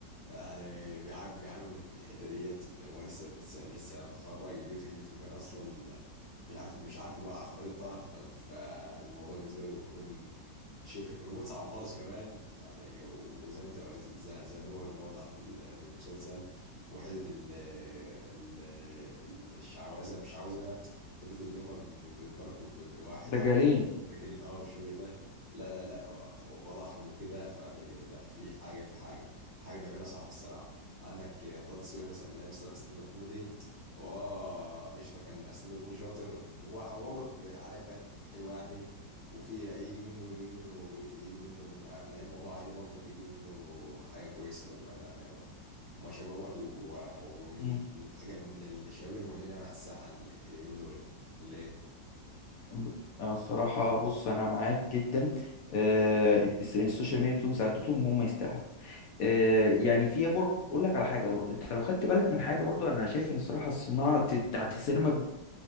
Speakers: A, on the left (about 35°); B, on the left (about 65°).
A: فيعني بيعانوا بيعانوا من من الحته ديت فهو لسه لسه لسه متخرج يجيله تكليف في مكان اصلا مش عارف مش عارف اللي هو على خريطه ف- فالموضوع بالنسبه له بيكون شبه بيكون صعب خالص كمان فيعني وزي ما انت زي زي ما هو كان بيوضح في ال- في المسلسل وحته ال ال ال- الشعوذه مش شعوذه بقى حته اللي هم بيتباركوا ب- بواحد
B: دجالين
A: عم دجالين اه والشغل ده لا لا لا وفضحهم وكده فيعني لا في حاجه في حاجه حاجه بيعملها صح الصراحه عندك آه، طه دسوقي مثلا من ايام ستان- ستاند اب كوميدي هو آه، قشطه كان ستاند اب كوميدي شاطر وبرضه عليه فات حلوه يعني وفي لا يجي منه يجي منه يجي منه من من ايام موضوع عائلي برضه يجي منه حاجه كويسه بامانه يعني هو ما شبهوت و- و- ومن
B: مم.
A: من حاجه من الشباب اللي موجودين يعني على الساحه ال- اليومين دول ولا ايه؟
B: ب- أنا الصراحة بص أنا معاك جدا آه، الس- السوشيال ميديا دول مساعدتهم هم يستاهلوا آه، يعني في بر... أقول لك على حاجة برضو أنت لو خدت بالك من حاجة برضو أنا شايف إن صراحة صناعة بتاعت السينما